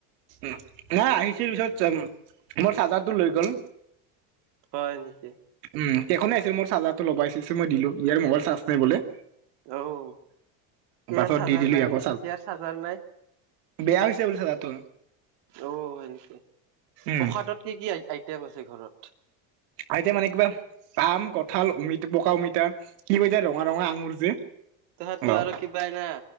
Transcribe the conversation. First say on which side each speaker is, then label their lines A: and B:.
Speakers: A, on the right; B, on the right.
A: উম নাই আহিছিল পিছত মোৰ চাৰ্জাৰটো লৈ গল।
B: হয় নেকি?
A: উম এখনে আছিল মোৰ চাৰ্জাৰটো ল'ব আহিছিল মই দিলো ইয়াৰ মোবাইল চাৰ্জ নাই বোলে।
B: অও! হেয়াৰ
A: পাছত
B: চাৰ্জাৰ
A: দি দিলো
B: নাই
A: ইয়াকো
B: নেকি হেয়াৰ চাৰ্জাৰ নাই?
A: বেয়া হৈছে বোলে চাৰ্জাৰটো
B: অ সেনেকে প্ৰসাদত
A: উম
B: কি কি আইটেম আছে ঘৰত?
A: আইটেম মানে কিবা আম, কঁঠাল, অমিতা, পকা অমিতা কি কয় যে ৰঙা ৰঙা আঙুৰ যে।
B: তহাতো
A: অ
B: আৰু কিবা ন